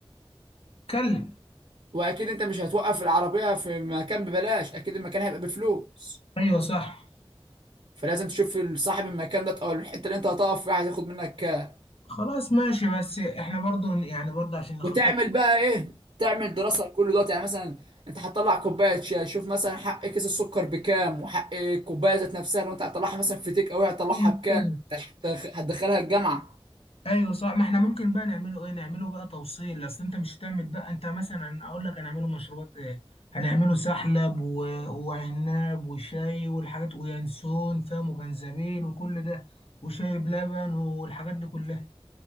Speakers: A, on the left; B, on the right.
A: اتكلم
B: واكيد انت مش هتوقف العربيه في مكان ببلاش اكيد المكان هيبقى بفلوس
A: ايوه صح
B: فلازم تشوف صاحب المكان ده او الحته اللي انت هتقف فيها هتاخد منك كام
A: خلاص ماشي بس احنا برضه يعني برضه عشان نخطط
B: وتعمل بقى ايه تعمل دراسه لكل دوت يعني مثلا انت هتطلع كوبايه شاي شوف مثلا حق كيس السكر بكام وحق الكوبايه ذات نفسها لو انت هتطلعها مثلا في تيك اوي هتطلعها
A: مم.
B: بكام انت هتدخ- هتدخلها الجامعه
A: ايوه صح ما احنا ممكن بقى نعمله ايه نعمله بقى توصيل اصل انت مش هتعمل بقى انت مثلا اقول لك هنعمله مشروبات ايه هنعمله سحلب و... وعناب وشاي والحاجات وينسون فاهم وجنزبيل وكل ده وشاي بلبن والحاجات دي كلها